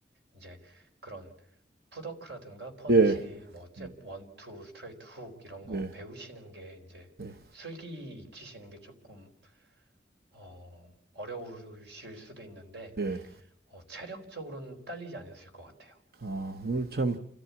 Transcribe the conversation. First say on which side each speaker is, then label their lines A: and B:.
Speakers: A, on the right; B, on the right.
A: 이제 그런 풋워크라든가 펀치,
B: 예,
A: 뭐, 잽,
B: 음,
A: 원, 투, 스트레이트, 훅 이런 거
B: 네,
A: 배우시는 게 이제
B: 네,
A: 술기 익히시는 게 조금 어, 어려우실 수도 있는데,
B: 네.
A: 어, 체력적으로는 딸리지 않으실 것 같아요.
B: 아, 오늘 참